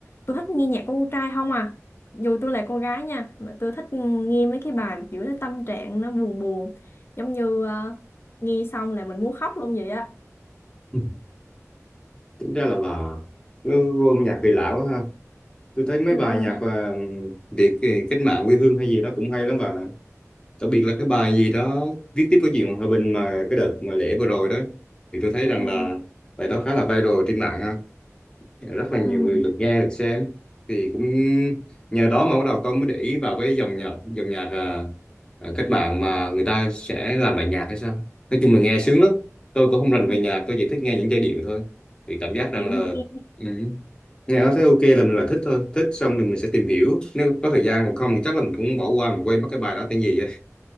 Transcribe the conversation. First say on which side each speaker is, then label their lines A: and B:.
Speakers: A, on the left; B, on the left.
A: tôi thích nghe nhạc của con trai không à dù tôi là con gái nha mà tôi thích nghe mấy cái bài mà kiểu nó tâm trạng nó buồn buồn giống như ờ, nghe xong là mình muốn khóc luôn vậy á
B: Ừ. tính ra là bà nó vô âm nhạc kỳ lạ quá ha tôi thấy mấy
A: ừ
B: bài nhạc uh, Việt ờ, cách mạng quê hương hay gì đó cũng hay lắm bà nè đặc biệt là cái bài gì đó viết tiếp cái chuyện hòa bình mà cái đợt mà lễ vừa rồi đó thì tôi thấy rằng
A: ừ
B: là bài đó khá là viral trên mạng ha Dạ, rất là
A: ừ
B: nhiều người lượt nghe lượt xem thì cũng nhờ đó mà bắt đầu tôi mới để ý vào cái dòng nhạc dòng nhạc à, à, cách mạng mà người ta sẽ làm bài nhạc hay sao nói chung là nghe sướng lắm tôi cũng không rành
A: ừ
B: về nhạc tôi chỉ thích nghe những giai điệu thôi thì cảm giác rằng
A: kiểu
B: là
A: nghe
B: ừ, nghe nó thấy ok là mình là thích thôi thích xong rồi mình sẽ tìm hiểu nếu có thời gian còn không thì chắc là mình cũng bỏ qua mình quên mất cái bài đó tên gì á